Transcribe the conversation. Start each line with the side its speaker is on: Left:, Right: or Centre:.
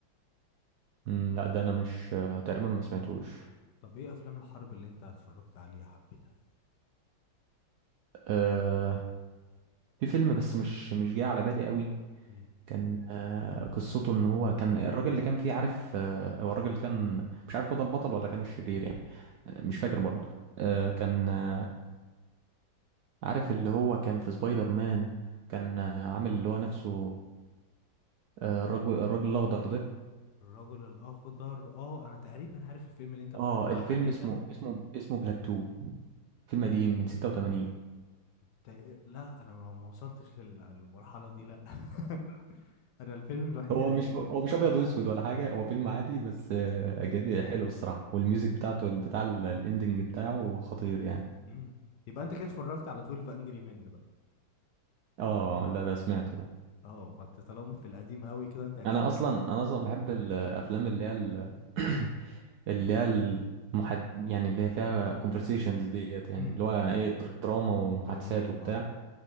Right: مم، لا ده أنا مش آه، تقريبا ما سمعتوش
Left: طب ايه افلام الحرب اللي انت اتفرجت عليها حبيتها
Right: أه في فيلم بس مش مش جاي على بالي قوي
Left: امم
Right: كان آه، قصته ان هو كان الراجل اللي كان فيه عارف آه، هو الراجل اللي كان مش عارف هو ده البطل ولا كان الشرير يعني آه، مش فاكر برضه آه،
Left: امم
Right: كان آه، عارف اللي هو كان في سبايدر مان كان آه، عامل اللي هو نفسه آه، الرجل الراجل الاخضر ده
Left: الرجل الاخضر اه انا تقريبا عارف الفيلم اللي انت بتتفرج
Right: اه الفيلم
Left: عليه
Right: اسمه
Left: ده
Right: اسمه اسمه بلاتو فيلم قديم من 86
Left: تا- لا انا ما ما وصلتش للمرحله دي لا <laughs> انا الفيلم الوحيد
Right: هو
Left: اه القديم
Right: مش هو
Left: اللي اتفرجت
Right: مش ابيض واسود
Left: عليه
Right: ولا حاجه هو فيلم عادي بس آه، جديد حلو الصراحه والميوزك بتاعته بتاع الاندنج بتاعه خطير يعني
Left: امم يبقى انت كده اتفرجت على 12 انجري مان بقى
Right: اه لا ده سمعته ده
Left: اه ما انت طالما في القديم قوي كده انت اكيد
Right: انا اصلا انا اصلا بحب الافلام اللي هي ال- <clears throat> اللي هي المحد يعني اللي هي فيها كونفرسيشنز ديت يعني
Left: امم
Right: اللي هو ايه در- دراما ومحادثات
Left: دراميه
Right: وبتاع
Left: اه